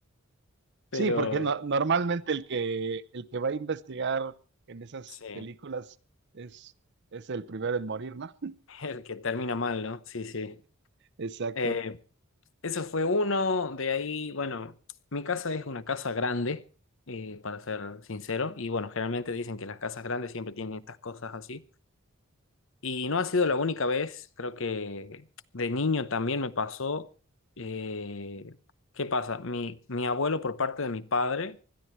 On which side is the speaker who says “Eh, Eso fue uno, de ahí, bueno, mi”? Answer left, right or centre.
Left